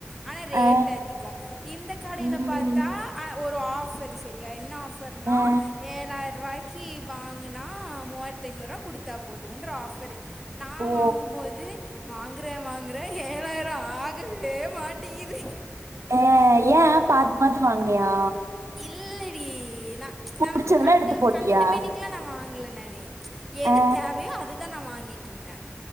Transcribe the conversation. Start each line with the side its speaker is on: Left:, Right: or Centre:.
Centre: ஆனா ரேட்
Right: ஆ
Centre: அதிகோ இந்த கடையில
Right: ம்
Centre: பாத்தா ஆ ஒ ஆஃபர் செரியா என்ன ஆஃப் நா
Right: ஆ
Centre: ஏழாயி ருவாய்க்கி வாங்குனா மூவாயிரத்தி ஐநூறு ரூபா குடுத்தா போதுன்ற ஆஃபரு நா
Right: ஓ
Centre: வாங்கும்போது வாங்குறே வாங்குறே ஏழாயிரோ ஆகவே மாட்டிகுது
Right: ஆ ஏ பாத்து பாத்து வாங்க்னியா
Centre: இல்லடி நா நா
Right: புடிச்சதெல்லா
Centre: வந்து கண்ட
Right: எடுத்து போட்டியா
Centre: கண்ட மேனிக்குல்லா நா வாங்குல நானு எது
Right: ஆ
Centre: தேவையோ அது தா நா வாங்கிட்ருந்தே